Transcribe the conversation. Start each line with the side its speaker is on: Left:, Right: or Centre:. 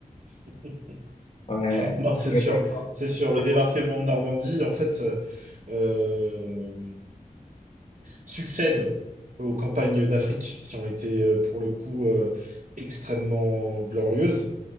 Right: <laughs>
Left: Ouais.
Right: Non, c'est
Left: Ouais,
Right: sûr,
Left: d'accord,
Right: c'est sûr. Le
Left: d'accord.
Right: débarquement de Normandie, en fait, euh, euh, succède aux campagnes d'Afrique qui ont été, euh, pour le coup, euh, extrêmement glorieuses,